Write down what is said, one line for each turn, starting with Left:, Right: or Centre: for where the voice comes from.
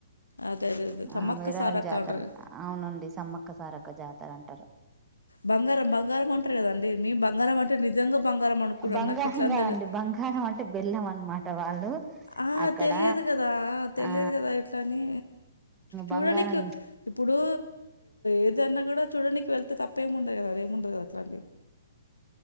Left: అదే అదే అదే సమ్మక్క
Right: ఆ మేడారం
Left: సారక్క
Right: జాతర
Left: అంటారు.
Right: అవునుండి సమ్మక్క సారక్క జాతర అంటారు
Left: బంగారం బంగారం అంటారు కదండి మేము బంగారం అంటే నిజంగా బంగారం అనుకున్నాను.
Right: బంగారం
Left: నాకు ఇట్లా అని
Right: కాదండి
Left: తెల
Right: బంగారం అంటే బెల్లం అనమాట వాళ్ళు
Left: ఆ
Right: అక్కడ
Left: తెలియదు కదా తెలియదు
Right: ఆ
Left: కదా ఇట్లాని చూడనికి
Right: బంగారం
Left: ఇప్పుడు ఏదన్నా కూడా చూడ నికి వెళతే తప్పే ముండదు అదే ముండదు అట్లా